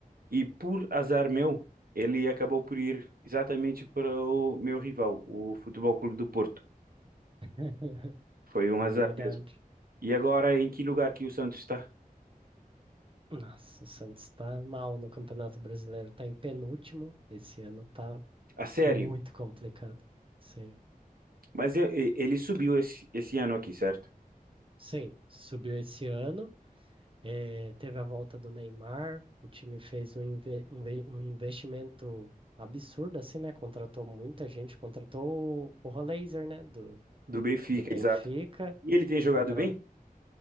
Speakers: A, on the right; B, on the right.
A: E por azar meu, ele acabou por ir exatamente para o meu rival, o Futebol Clube do Porto.
B: <laughs>
A: Foi um
B: É
A: azar
B: verdade.
A: mesmo. E agora, em que lugar que o Santos está?
B: Nossa, o Santos tá mal no Campeonato Brasileiro, tá em penúltimo. Esse ano tá
A: A sério.
B: muito complicado. Sim.
A: Mas e- e- ele subiu esse, esse ano aqui, certo?
B: Sim, subiu esse ano. Eh, teve a volta do Neymar, o time fez um, inve- um ve- um investimento absurdo, assim, né? Contratou muita gente, contratou o o Rollaser, né? Do,
A: Do Benfica,
B: do Benfica.
A: exato. E ele tem jogado
B: Contra...
A: bem?